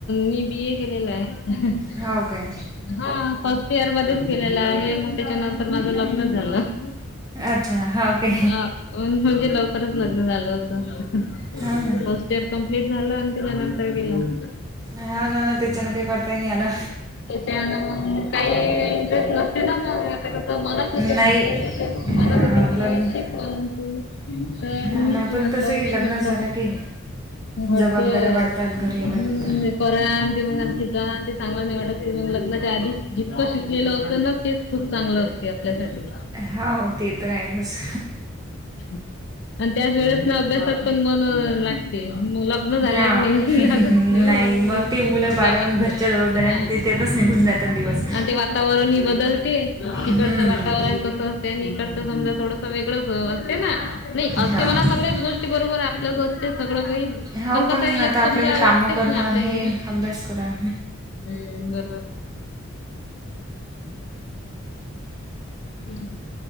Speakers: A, on the left; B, on the right.
A: मी बी ए केलेलं आहे.
B: हो काय
A: ह फर्स्ट इयर मध्येच केलेलं आहे मगं त्याच्यानंतर माझं लग्नं झालं.
B: अच्छा हो काय
A: हा म्हणजे लवकरच लग्न झालं होत.
B: हो ना
A: फस्ट <unintelligible> कंप्लीट झाल आणि त्याच्या नंतर गेलं.
B: हो ना ना त्याच्यानं काही करताही नाही आलं
A: त्याच्यान मग काही इंटरेस्ट नसते ना मग म्हणत होती
B: नाही
A: घरचे तसे म्हणत
B: हा
A: होती मी
B: लग्न
A: शिक म्हणू तू. पण
B: हा
A: मीच
B: ना पण
A: न
B: तसंही
A: नाही
B: लग्न
A: म्हटला
B: झालं
A: कस
B: की
A: घर
B: जबाबदाऱ्या
A: तर
B: वाढतात घरी आल्यानंतर
A: हम्म करा आणि ते म्हणणार शिका ते चांगला नाही वाटतं. मग लग्नाच्या आधीच जितकं शिकलेलं असतं ना तेच खूप चांगलं असते आपल्यासाठी.
B: हो ते तर आहेच
A: <inaudible> आणि त्याच वेळेस ना अभ्यासात पण मन लागते म लग्न झाल्यावर
B: हा
A: नई लागत नई
B: नाही
A: मग नई
B: ते मुलं बाळवून
A: जमत
B: घरच्या
A: नई
B: जबाबदाऱ्यानं
A: हा.
B: ते
A: आणि
B: त्यातच निघून जातात दिवस
A: ते वा वातावरण ही बदलते इकडचं
B: हम्म.
A: वातावरण कस असते, आणि इकडचं समजा थोडस वेग असते ना, नाही असते
B: हो
A: मला सगळ्याच गोष्टी बरोबर आपलंच असते सगळं काही.
B: हो
A: कसं
B: पण,
A: आहे
B: मग
A: एक
B: आता आपल्याला
A: समजा
B: कामं
A: वाटतेच
B: करणं
A: ना आपल्याले
B: आणि हे अभ्यास करा.
A: हम्म, बरोबर. <unintelligible>